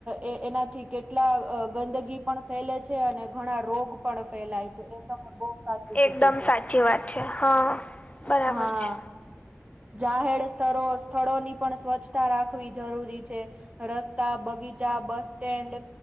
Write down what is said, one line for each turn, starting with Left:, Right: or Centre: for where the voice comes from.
Right: એ એનાથી કેટલા ગંદગી પણ ફેલે છે અને ઘણા રોગ. પણ ફેલાય છે એ તમે બહુ. સાચું કીધું
Left: એકદમ
Right: છે
Left: સાચી વાત છે હા
Right: <unintelligible>
Left: બરાબર
Right: હા
Left: છે
Right: જાહેર સ્થ સ્થળોની પણ સ્વચ્છતા રાખ રાખવી જરૂરી છે રસ્તા બગીચા બસ સ્ટેન્ડ